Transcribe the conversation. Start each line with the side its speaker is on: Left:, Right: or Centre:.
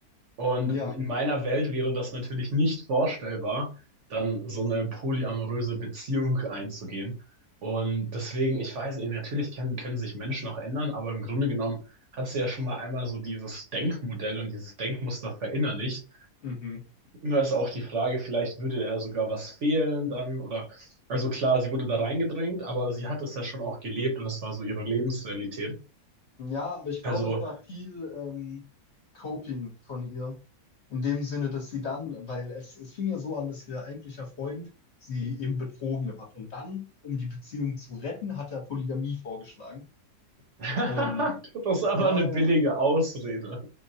Right: Und
Left: ja.
Right: in meiner Welt wäre das natürlich nicht vorstellbar, dann so eine polyamoröse Beziehung einzugehen. Und deswegen, ich weiß nicht, natürlich können, können sich Menschen auch ändern, aber im Grunde genommen hat sie ja schon mal einmal so dieses Denkmodell und dieses Denkmuster verinnerlicht.
Left: Mhm.
Right: Nur ist auch die Frage, vielleicht würde da sogar was fehlen dann oder, also klar, sie wurde da reingedrängt, aber sie hat es ja schon auch gelebt und es war so ihre Lebensrealität.
Left: Ja, aber ich glaube,
Right: Also,
Left: es war viel ähm, Coping von ihr. In dem Sinne, dass sie dann, weil es, es fing ja so an, dass ihr eigentlicher Freund sie eben betrogen hat. Und dann, um die Beziehung zu retten, hat er Polygamie vorgeschlagen.
Right: <laughs>
Left: Und
Right: das ist aber
Left: ja,
Right: eine billige
Left: ja,
Right: Ausrede.